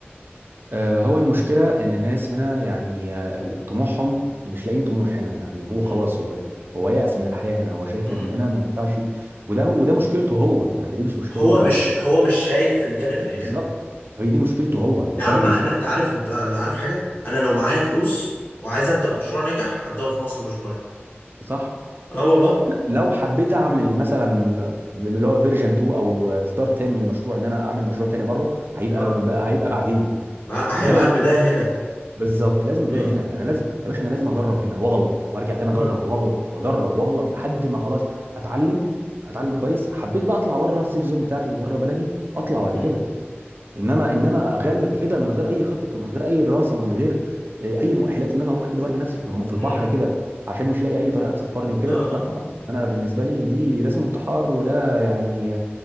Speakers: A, on the right (about 55°); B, on the left (about 45°).
A: آه هو المشكلة إن الناس هنا يعني آه، ال- طموحهم مش لاقيين طموح هنا يعني هو
B: مم.
A: خلاص هو هو يأس من الحياة هنا هو شايف
B: مم.
A: إن هنا ما ينفعش وده وده مشكلته هو يعني دي مش مشكلة
B: هو
A: البلد
B: مش
A: دي
B: هو مش شايف الجانب الحلو
A: بالظبط هي دي مشكلته هو
B: يا
A: البلد
B: عم
A: مش
B: انا
A: مس...
B: انت عارف انت عارف حاجه انا لو معايا فلوس وعايز ابدا مشروع ناجح هبداه في مصر مش بره
A: صح
B: اه والله
A: لا، لو حبيت اعمل مثلا اللي هو فيرجن 2 او اصدار تاني من المشروع ان انا اعمل مشروع تاني بره هيبقى
B: اه
A: هيبقى بعدين
B: ما-
A: انما
B: هيبقى البدايه هنا
A: بالظبط لازم بدايه
B: اه
A: هنا انا لازم يا باشا انا لازم اجرب هنا واغلط وارجع تاني
B: اه
A: اجرب واغلط واجرب واغلط لحد ما خلاص اتعلم اتعلم
B: مم.
A: كويس حبيت بقى اطلع بره السيف زون بتاعتي وبره بلدي اطلع بعد
B: مم.
A: كده انما ان انا اغامر كده من غير اي خطط ومن غير اي دراسه ومن غير آه، اي مؤهلات ان انا اروح كده وارمي نفسي في الم- في البحر
B: مم.
A: كده عشان مش لاقي اي طريقه تسفرني وكده
B: اه اه
A: لا طبعا انا بالنسبه لي دي ده اسمه انتحار وده يعني